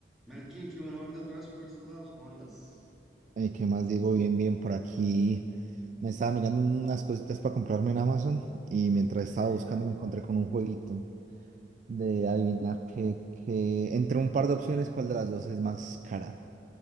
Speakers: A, in the centre; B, on the right.
A: Melkin, qué bueno verte otra vez por estos lados. ¿Cómo andas?
B: Eh, ¿qué más, Diego? Bien, bien, por aquí me estaba mirando unas cositas para comprarme en Amazon y mientras
A: Ok,
B: estaba buscando me encontré con un jueguito de adivinar que, que entre un par de opciones cuál de las dos es más cara.